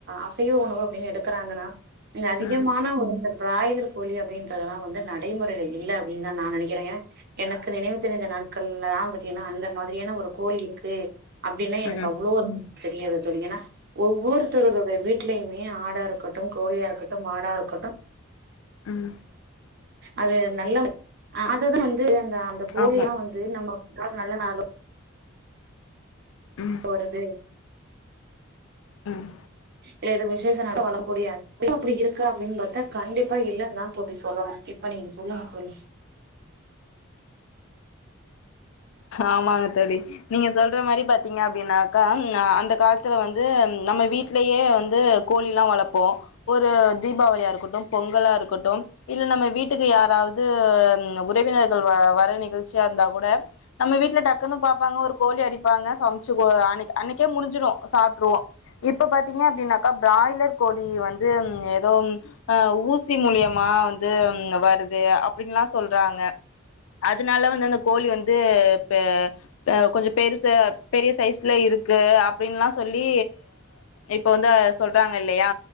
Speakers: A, on the right (about 50°); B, on the left (about 70°).
A: அசைவ உணவு அப்படின்னு எடுக்கறாங்கனா இங்க அதிகமான
B: ம்
A: ஒரு பிராய்லர் கோழி அப்படின்றதல்லா வந்து நட நடைமுறையில இல்ல அப்டின்னு தா நா நெனைக்கிறே ஏன்னா எனக்கு நினைவு தெரிந்த நாட்கள்ல தான் பாத்தீங்கன்னா அந்த மாதிரியான ஒரு கோழி இருக்கு அப்டில்லா எனக்கு
B: ம்
A: அவ்ளோ தெரியாது தோழி ஏன்னா ஒவ்வொருத்தருட வீட்லயுமே ஆடா இருக்கட்டு கோழியா இருக்கட்டு மாடா இருக்கட்டு
B: ம்
A: அது நல்ல அதுதா வந்து அந்த போலியா
B: ஆமா
A: வந்து நம்ம நல்ல நாளும்
B: ம்
A: போறது
B: ம்
A: இல்ல ஏதோ விசேஷ <unintelligible> அப்படி இருக்கு அப்படின்னு பார்த்தா கண்டிப்பா இல்லன்னு தான் தொழி சொல்லணும் இப்ப நீங்க சொல்லுங்க தொழி
B: ஆமாங்க தொழி நீங்க சொல்ற மாரி பாத்தீங்க அப்படின்னாக்கா அந்த காலத்துல வந்து நம்ம வீட்லயே வந்து கோழி எல்லாம் வளப்போ ஒரு தீபாவளியா இருக்கட்டும் பொங்கலா இருக்கட்டும் இல்ல நம்ம வீட்டுக்கு யாராவது உறவினர்கள் வர நிகழ்ச்சியா இருந்தா கூட நம்ம வீட்ல டக்குன்னு பாப்பாங்க ஒரு கோழி அடிப்பாங்க சமைச்சு அன் அன்னைக்கே முடிஞ்சிடும் சாப்ட்ருவோ இப்ப பாத்தீங்க அப்படின்னாக்கா பிராய்லர் கோழி வந்து ஏதோ ஆ ஊசி மூலியமா வந் வருது அப்படின்லா சொல்றாங்க அதனால வந்து அந்த கோழி வந்து <inaudible> இப்ப கொஞ்ச பெருச பெரிய சைஸ்ல இருக்கு அப்படின்லா சொல்லி இப்ப வந்து சொல்றாங்க இல்லையா